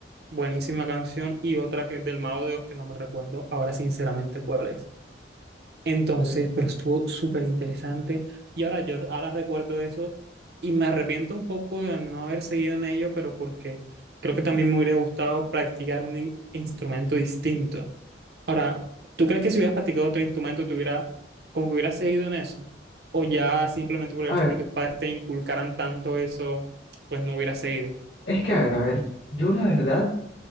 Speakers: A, on the right (about 60°); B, on the left (about 65°).
A: Buenísima canción y otra que es del Mago de Oz que no me recuerdo ahora sinceramente cuál es. Entonces,
B: Em,
A: pero estuvo súper interesante y ahora yo ahora recuerdo eso y me arrepiento un poco de no haber seguido en ello, pero porque creo que también me hubiera gustado practicar un in- instrumento distinto. Ahora, ¿tú crees que si hubieras practicado otro instrumento te hubiera como que hubieras seguido en eso? ¿O ya simplemente por el
B: a
A: hecho
B: ver,
A: de que tus padres te inculcaran tanto eso, pues no hubieras seguido?
B: es que a ver, a ver. Yo la verdad